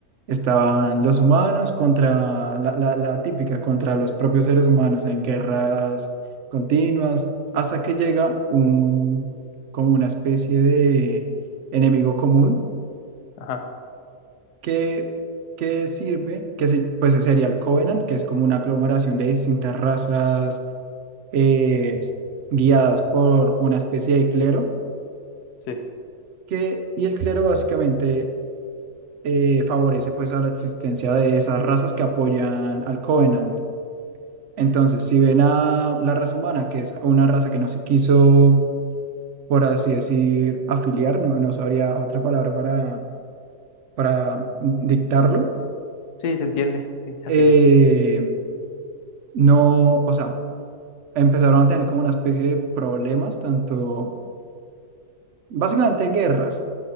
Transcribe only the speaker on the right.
estaban los humanos contra la, la- la típica, contra los propios seres humanos en guerras continuas, hasta que llega un, como una especie de enemigo común
que, que sirve, que se- pues sería el Covenant, que es como una aglomeración de distintas razas eh, guiadas por una especie de clero
que, y el clero básicamente eh, favorece pues a la existencia de esas razas que apoyan al Covenant. Entonces, si ven a la raza humana, que es una raza que no se quiso, por así decir, afiliar, no, no sabría otra palabra para, para dictarlo,
eh, no, o sea, empezaron a tener como una especie de problemas, tanto, básicamente guerras.